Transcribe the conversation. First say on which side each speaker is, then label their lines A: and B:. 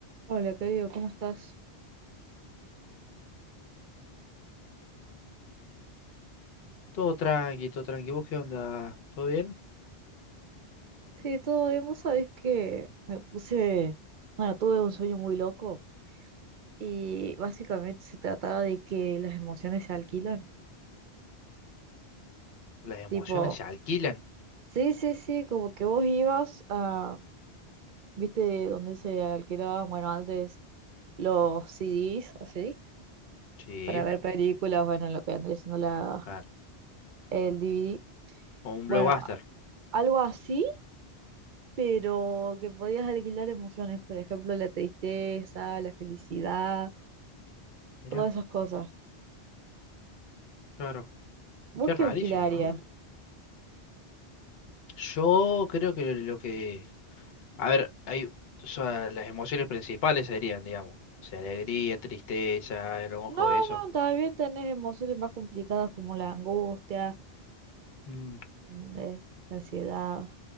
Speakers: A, on the right (about 55°); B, on the left (about 65°).
A: Hola, querido, ¿cómo estás?
B: Todo tranqui, todo tranqui. ¿Vos qué onda? ¿Todo bien?
A: Sí, todo bien. Vos sabés que me puse, bueno, tuve un sueño muy loco y básicamente se trataba de que las emociones se alquilan.
B: Las emociones
A: Tipo,
B: se alquilan.
A: sí, sí, sí, como que vos ibas a, viste, donde se alquilaban, bueno, antes los CDs, así,
B: Sí,
A: para ver películas, bueno, lo que andrés siendo la,
B: claro.
A: el DVD.
B: O un
A: Bueno,
B: blockbuster.
A: a- algo así, pero que podías alquilar emociones, por ejemplo, la tristeza, la felicidad.
B: Mira,
A: todas esas cosas.
B: claro.
A: ¿Vos
B: Qué rarísimo,
A: qué alquilarías?
B: ¿no? Yo creo que lo que... A ver, hay... o sea, las emociones principales serían, digamos. O sea, alegría, tristeza, enojo,
A: No,
B: eso.
A: no, también tenés emociones más complicadas como la angustia,
B: Mm,
A: mm, eh, la ansiedad,